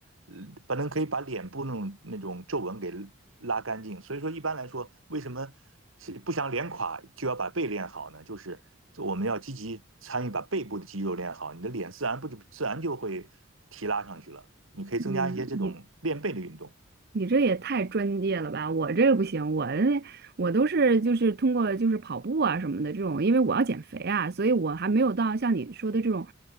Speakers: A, on the right; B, on the right.
A: 呃把能可以把脸部那种那种皱纹给拉干净。所以说，一般来说，为什么是不想脸垮就要把背练好呢？就是我们要积极参与把背部的肌肉练好，你的脸自然不就自然就会提拉上去了。你可以增加一些这种练背的运动。
B: 嗯，你你这也太专业了吧！我这个不行，我我都是就是通过就是跑步啊什么的这种，因为我要减肥啊，所以我还没有到像你说的这种